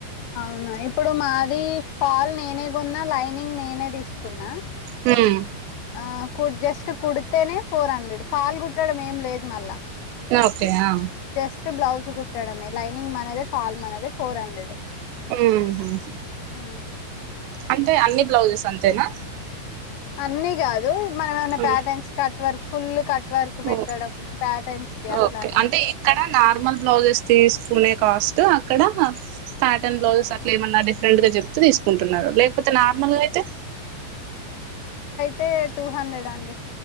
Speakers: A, on the left; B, on the right.
A: అవునా ఇప్పుడు మాది ఫాల్ నేనే కొన్నా లైనింగ్ నేనే తీసుకున్నా
B: హ్మ్
A: ఆ కు జస్ట్ కుడితేనే ఫోర్ హండ్రెడ్ ఫాల్ కుట్టడం ఏం లేదు మళ్ళా
B: ఓకే ఆ
A: జస్ట్ బ్లౌజ్ కుట్టడమే లైనింగ్ మనది ఫాల్ మనేది ఫోర్ హండ్రెడ్
B: ఉహు
A: ఆ
B: అంటే అన్ని బ్లౌజెస్ అంతేనా
A: అన్ని కాదు మన ఏమన్నా
B: ఉమ్.
A: Patterns cut work full cut work పెట్టడం
B: ఓ
A: ప్యాటర్న్స్ కి అట్లాండి
B: ఓకే అంటే ఇక్కడ నార్మల్ బ్లౌజెస్ తేసు కునే కాస్ట్ అక్కడ ప్యాటర్న్ బ్లౌజెస్ అట్లా ఏమన్నా డిఫరెంట్ గా చెప్తూ తీసుకుం తున్నారు లేకపోతే నార్మల్గా అయితే
A: తే టూ హండ్రెడ్ అండి